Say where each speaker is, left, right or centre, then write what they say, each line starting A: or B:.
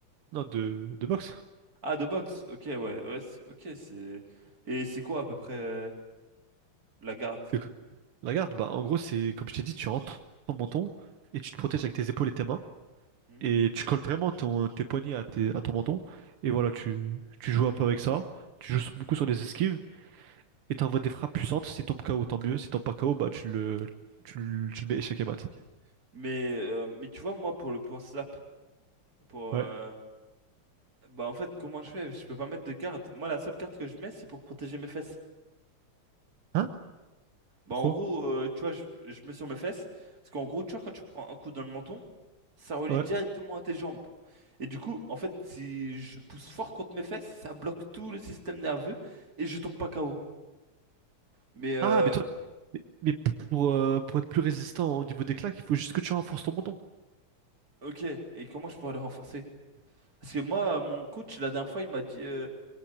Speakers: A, on the right; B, on the right.
A: Non, de, de boxe.
B: Ah, de boxe. Ok, ouais, ouais, c'est- ok, c'est... Et c'est quoi à peu près euh, la garde?
A: C'est La garde, bah, en gros, c'est comme je t'ai dit, tu rentres ton menton et tu te protèges avec tes épaules et tes mains.
B: Hmm,
A: Et tu colles vraiment ton- tes poignets à, tes- à ton menton. Et voilà, tu, tu joues un peu avec ça. Tu joues beaucoup sur les esquives et t'envoies des frappes puissantes. Si tombe KO, tant mieux. Si tombe pas KO, bah, tu le, tu, le tu le mets échec et mat.
B: ok. Mais, euh, mais tu vois, moi, pour le point slap, pour, euh,
A: Ouais.
B: Bah en fait, comment je fais? Je peux pas mettre de garde. Moi, la seule garde que je mets, c'est pour protéger mes fesses.
A: Hein?
B: Bah
A: Pro.
B: en gros, euh, tu vois, je, je mets sur mes fesses. Parce qu'en gros, tu vois, quand tu prends un coup dans le menton, ça relie
A: Ouais.
B: directement à tes jambes. Et du coup, en fait, si je pousse fort contre mes fesses, ça bloque tout le système nerveux et je tombe pas KO. Mais euh,
A: Ah, mais toi, mais, mais pour, euh, pour être plus résistant au niveau des claques, il faut juste que tu renforces ton menton.
B: ok, et comment je pourrais le renforcer? Parce que moi, mon coach, la dernière fois, il m'a dit... euh,